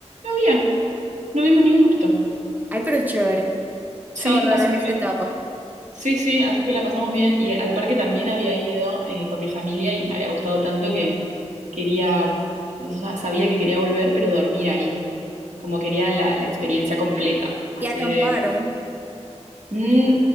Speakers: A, on the right; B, on the right.
A: había, no vimos ningún mosquito.
B: Ay, pero chévere.
A: Sí,
B: Se ahorraron
A: así que
B: esa etapa.
A: Sí, sí, así que la pasamos bien. Y al parque también había ido eh, con mi familia y me había gustado tanto que quería, o sea, sabía que quería volver, pero dormir ahí. Como quería la, la experiencia completa. Así
B: Y acamparon.
A: de. Mm,